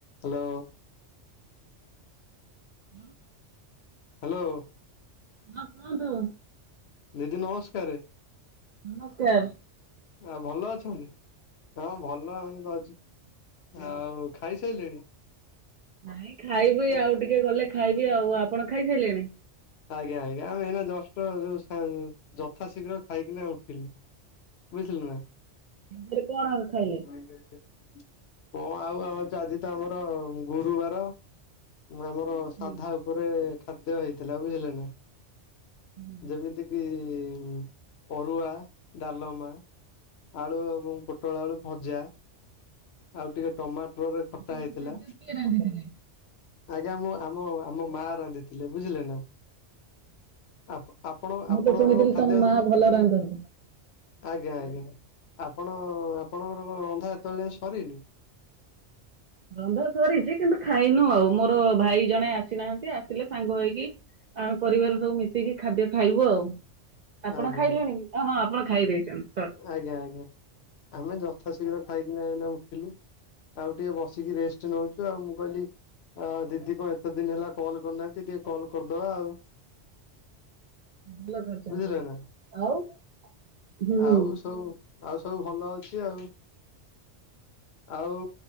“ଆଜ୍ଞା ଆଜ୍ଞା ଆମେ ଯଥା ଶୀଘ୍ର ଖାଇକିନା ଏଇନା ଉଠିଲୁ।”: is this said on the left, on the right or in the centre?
Left